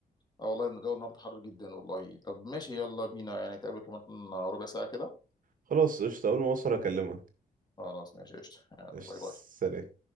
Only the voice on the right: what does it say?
خلاص قشطة اول ما اوصل اكلمك
قشطة
سلام